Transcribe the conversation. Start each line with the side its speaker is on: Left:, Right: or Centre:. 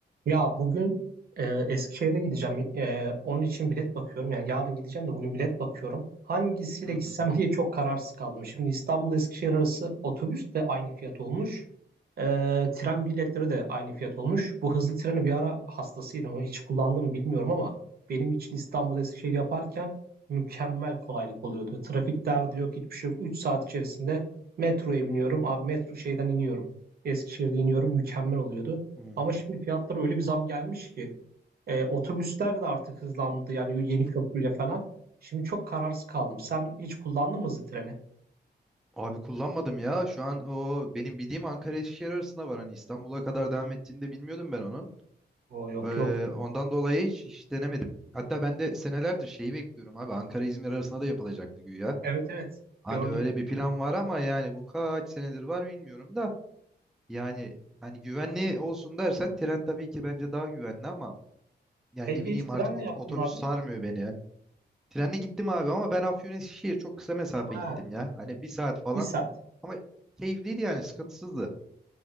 Right: Ya bugün e, Eskişehir'e gideceğim. E, onun için bilet bakıyorum. Yani yarın gideceğim de bugün bilet bakıyorum. Hangisiyle
Centre: Hı
Right: gitsem
Centre: hı.
Right: diye çok kararsız kaldım. Şimdi İstanbul Eskişehir arası otobüs de aynı fiyat olmuş. E, tren biletleri de aynı fiyat olmuş. Bu hızlı treni bir ara hastasıydım. Onu hiç kullandım mı bilmiyorum ama benim için İstanbul Eskişehir yaparken mükemmel kolaylık oluyordu. Trafik derdi yok, hiçbir şey yok. 3 saat içerisinde metroya biniyorum. Abi metro şeyden iniyorum. Eskişehir'de iniyorum. Mükemmel oluyordu.
Centre: Hmm.
Right: Ama şimdi fiyatlara öyle bir zam gelmiş ki e, otobüsler de artık hızlandı yani yeni köprüyle falan. Şimdi çok kararsız kaldım. Sen hiç kullandın mı hızlı treni?
Centre: Abi kullanmadım ya. Şu an o benim bildiğim Ankara Eskişehir arasında var. Hani İstanbul'a kadar devam ettiğini de bilmiyordum ben onun.
Right: Oo, yok
Centre: Ee,
Right: yok.
Centre: ondan dolayı hiç, hiç denemedim. Hatta ben de senelerdir şeyi bekliyorum abi. Ankara-İzmir arasında da yapılacaktı güya.
Right: Evet evet
Centre: Hani
Right: gördüm.
Centre: öyle bir plan var ama yani bu kaç senedir var bilmiyorum da. Yani hani güvenli olsun dersen tren tabii ki bence daha güvenli ama yani
Right: Peki
Centre: ne bileyim
Right: hiç trenle
Centre: artık ot-
Right: yaptın
Centre: otobüs
Right: mı abi?
Centre: sarmıyor beni ya. Trenle gittim abi ama ben Afyon Eskişehir çok kısa mesafe
Right: Ha,
Centre: gittim ya. Hani bir saat falan.
Right: bir saat.
Centre: Ama keyifliydi yani sıkıntısızdı.